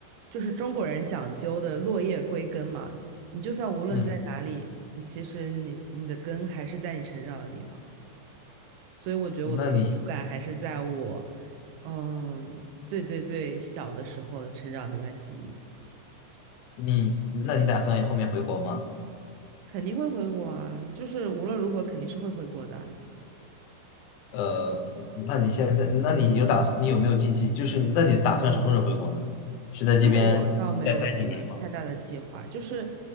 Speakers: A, on the right; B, on the left.
A: 就是中国人讲究的落叶归根嘛，你就算无论在哪里，
B: 嗯，
A: 你其实你你的根还是在你成长的地方，所以我觉得我的归属感还是在我
B: 那你
A: 嗯最最最小的时候成长的那段记忆，
B: 你那你打算后面回国吗？
A: 肯定会回国啊，就是无论如何肯定是会回国的，
B: 呃，那你现在，那你有打，算？你有没有近期，就是那你打算什么时候回国呢？是在这边再待几年吗？
A: 这个我倒没有什么太大的计划，就是